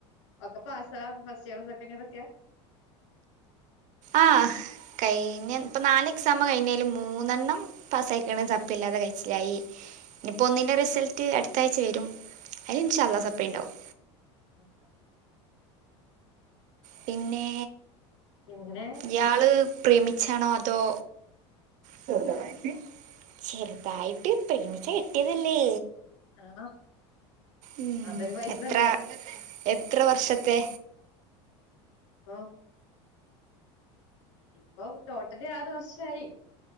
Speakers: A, on the left; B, on the right.
A: ഒക്കെ പാസാ ഫസ്റ്റ് ഇയറും സെക്കൻഡ് ഇയർക്കെയാ
B: ആഹ കഴിഞ്ഞ ഇപ്പ നാല് എക്സാം കഴിഞ്ഞേലും മൂന്നെണ്ണം പസായിക്കിണ് സപ്പില്ലാതെ കഴിച്ചിലായി ഇനിപ്പോ ഒന്നിന്റെ റിസൾട്ട് അടുത്ത ആഴ്ച വരും അതി ഇൻശാഅല്ലാഹ്‌ സപ്ലി ണ്ടാവും
A: ഓക്കെ
B: പിന്നെ
A: പിന്നെ
B: ഇയാള് പ്രേമിച്ചാണോ അതോ ചെറുതായിട്ട് ചെറുതായിട്ട് പ്രേമിച്ച കെട്ടിയതല്ലേ
A: ആ
B: ഉം
A: അതൊരു വൈബല്ലേ
B: എത്ര എത്ര വർഷത്തെ
A: ഓഹ് ഇപ്പൊ ടോട്ടലി ആറ് വർഷായി